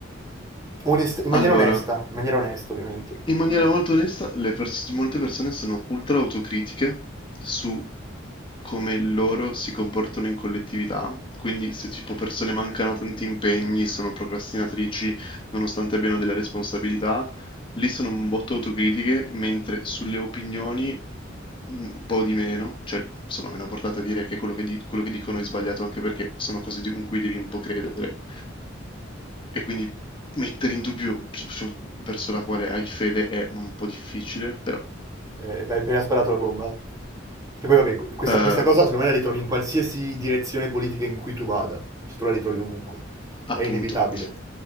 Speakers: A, on the right (about 20°); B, on the left (about 25°).
A: onest- in
B: Allora,
A: maniera onesta, in maniera onesta, ovviamente.
B: in maniera molto onesta, le pers- molte persone sono ultra autocritiche su come loro si comportano in collettività. Quindi, se tipo persone mancano a tanti impegni, sono procrastinatrici, nonostante abbiano delle responsabilità, lì sono un botto autocritiche, mentre sulle opinioni un po' di meno, cioè sono meno portate a dire che quello che, di- quello che dicono è sbagliato, anche perché sono cose di- in cui devi un po' credere. E quindi mettere in dubbio su- su- verso la quale hai fede è un po' difficile, però
A: Eh, hai appena sparato la bomba. Che poi, vabbè, que- questa,
B: eh,
A: questa cosa secondo me la ritrovi in qualsiasi direzione politica in cui tu vada. Cioè, tu la ritrovi ovunque.
B: appunto.
A: È inevitabile.